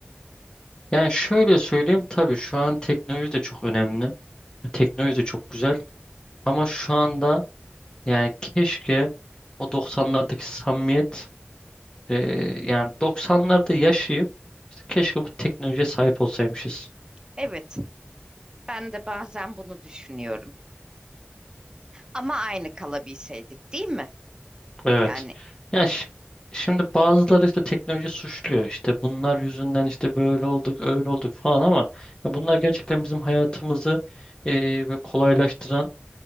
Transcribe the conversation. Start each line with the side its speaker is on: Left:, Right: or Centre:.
Left: yani şöyle söyleyeyim tabii şu an teknoloji de çok önemli. Teknoloji de çok güzel. Ama şu anda yani keşke o doksanlardaki samimiyet e, yani doksanlarda yaşayıp işte keşke bu teknolojiye sahip olsaymışız.
Right: Evet, ben de bazen bunu düşünüyorum. Ama aynı kalabilseydik, değil mi?
Left: Evet.
Right: Yani
Left: Ya şi- şimdi bazıları işte teknoloji suçluyor. İşte bunlar yüzünden işte böyle olduk, öyle olduk falan ama ya bunlar gerçekten bizim hayatımızı e, ve kolaylaştıran,